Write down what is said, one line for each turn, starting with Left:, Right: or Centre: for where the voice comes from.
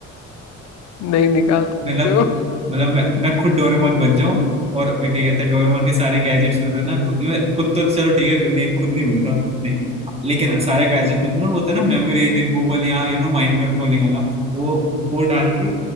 Left: नहीं निकाल
Right: <laughs>
Left: सकते
Right: मतलब
Left: हो
Right: मतलब मैं मैं खुद डोरेमोन बन जाऊं और क्या कहते हैं डोरेमोन के सारे गैजेट्स मिलते हैं ना खुद मैं खुद तो चलो ठीक है नहीं खुद नहीं बनता नहीं लेकिन हाँ, सारे गैजेट्स मिलते हैं ना, वो होता है ना मेमोरी रिमूवल या यू नो माइंड कंट्रोलिंग वाला वो वो डाल के